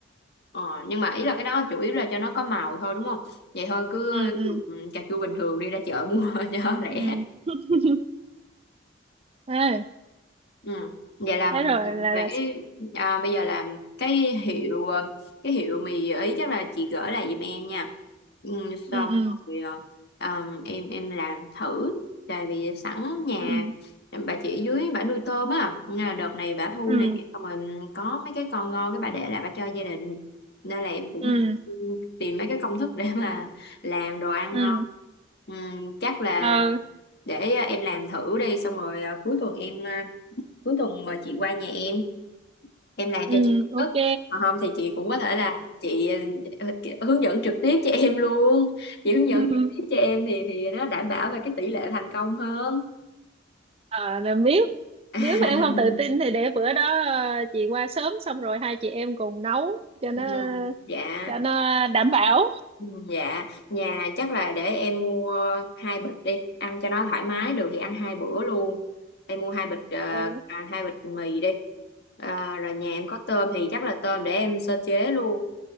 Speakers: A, on the left (about 55°); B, on the right (about 30°).
A: Ờ, nhưng mà ý là cái đó chủ yếu là cho nó có màu thôi đúng không? Vậy thôi cứ
B: ừ ừ
A: dùng cà chua bình thường đi ra chợ mua <laughs> cho nó rẻ.
B: ừ <laughs> Ê,
A: Ừ. Vậy là
B: thế rồi là
A: về
B: là
A: cái à, bây giờ là cái hiệu ờ, cái hiệu mì ý chắc là chị gửi lại giùm em nha ừ,
B: ừ
A: xong
B: ừ
A: rồi ờ, ờm, em em làm thử tại vì sẵn nhà
B: ừ
A: em- bà chị dưới bà nuôi tôm á nên là đợt này bà thu
B: ừ
A: nè xong rồi có mấy cái con ngon cái bà để lại bà cho gia đình nên là em cũng
B: ừ ừ
A: tìm mấy cái công thức để mà làm đồ ăn
B: ừ
A: ngon ừ, chắc là
B: Ờ,
A: để à, em làm thử đi xong rồi à, cuối tuần em ờ, cuối tuần mà chị qua nhà em em làm
B: ừ
A: cho chị
B: ok
A: cất còn không thì chị cũng có thể là chị ờ, kiểu hướng dẫn trực tiếp cho em luôn chị hướng
B: <laughs>
A: dẫn trực tiếp cho em thì thì nó đảm bảo về cái tỷ lệ thành công hơn
B: ờ là biết
A: <laughs>
B: nếu mà em không tự tin thì để bữa đó ờ, chị qua sớm xong rồi hai chị em cùng nấu cho nó
A: ừ, dạ
B: cho nó đảm bảo
A: Ừ, dạ nhà chắc là để em mua hai bịch đi ăn cho nó thoải mái được thì ăn hai bữa luôn em mua hai bịch ờ,
B: ừ.
A: à, hai bịch mì đi Ờ, rồi nhà em có tôm thì chắc là tôm để em sơ chế luôn